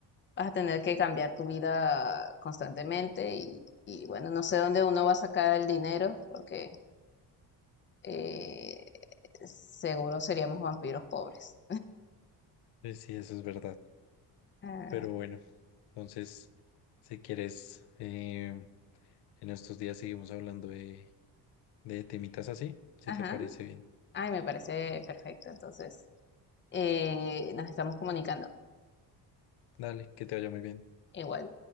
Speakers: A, on the left; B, on the left.
A: vas a tener que cambiar tu vida constantemente y, y bueno, no sé dónde uno va a sacar el dinero porque eh, seguro seríamos vampiros pobres.
B: Pues sí, eso es verdad.
A: Ah,
B: Pero bueno, entonces, si quieres, eh, en estos días seguimos hablando de de temitas así, si
A: ajá,
B: te parece bien.
A: ay, me parece perfecto, entonces eh, nos estamos comunicando
B: Dale, que te vaya muy bien.
A: igual.